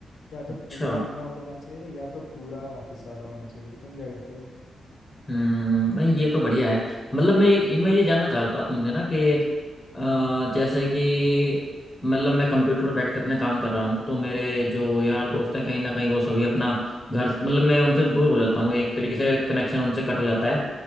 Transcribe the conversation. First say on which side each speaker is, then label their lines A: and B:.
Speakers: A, on the left; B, on the left.
A: या तो
B: अच्छा
A: पूरा रिमोट होना चाहिए या तो पूरा ऑफिस वाला होना चाहिए तुम क्या कहते हो
B: हम्म, नहीं ये तो बढ़िया है मतलब मैं एक मैं ये जानना चाह रहा था तुमसे ना कि अ, जैसे कि मतलब मैं कंप्यूटर पर बैठ के अपने काम कर रहा हूँ तो मेरे जो यार
A: बिल्कुल
B: दोस्त हैं कहीं ना कहीं वो सभी अपना घर मतलब मैं उनसे दूर हो जाता हूँ एक तरीके से कनेक्शन उनसे कट हो जाता है